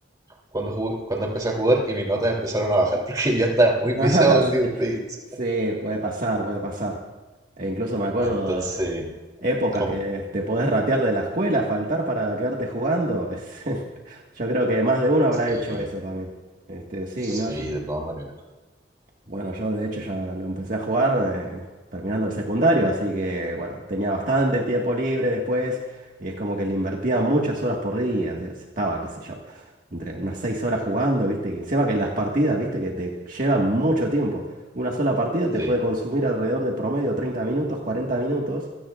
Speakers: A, on the right; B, on the right.
A: cuando, jugué- cuando empecé a jugar y mis notas empezaron a bajar porque <laughs> ya estaba muy viciado
B: Ah,
A: en
B: sí,
A: League of Legends.
B: Sí, puede pasar, puede pasar. E incluso me acuerdo
A: Entonces...
B: de épocas
A: ¿Cómo?
B: que te podés ratear de la escuela, faltar para quedarte jugando. Es- <laughs> yo creo que más de uno habrá
A: Sí,
B: hecho eso también. Este, sí,
A: sí,
B: no, yo,
A: de todas maneras.
B: Bueno, yo de hecho ya lo empecé a jugar eh, terminando el secundario, así que bueno, tenía bastante tiempo libre después y es como que le invertía muchas horas por día, así- estaba, qué sé yo, entre unas seis horas jugando, ¿viste? Y encima que las partidas, ¿viste? Que te llevan mucho tiempo. Una sola partida
A: Sí,
B: te puede consumir alrededor de promedio 30 minutos, 40 minutos